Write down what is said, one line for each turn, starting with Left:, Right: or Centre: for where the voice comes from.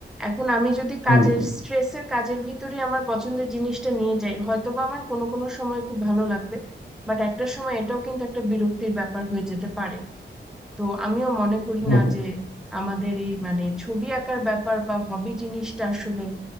Centre: এখন আমি যদি কাজের
Left: হুম হুম
Centre: স্ট্রেসের কাজের ভিতরে আমার পছন্দের জিনিসটা নিয়ে যাই হয়তোবা আমার কোনো কোনো সময় খুব ভালো লাগবে বাট একটা সময় এটাও কিন্তু একটা বিরক্তির ব্যাপার হয়ে যেতে পারে তো আমিও মনে করি
Left: হুম
Centre: না
Left: হুম
Centre: যে আমাদের এই মানে ছবি আঁকার ব্যাপার বা হবি জিনিসটা আসলে